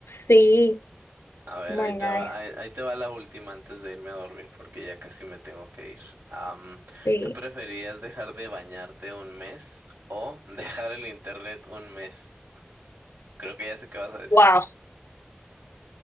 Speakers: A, on the left (about 80°); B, on the right (about 70°).
A: Sí,
B: A ver,
A: oh my
B: ahí te
A: God,
B: va, ahí, ahí te va la última antes de irme a dormir, porque ya casi me tengo que ir. Am,
A: sí.
B: ¿tú preferías dejar de bañarte un mes o <laughs> dejar el internet un mes? Creo que ya sé qué vas a decir.
A: Wow,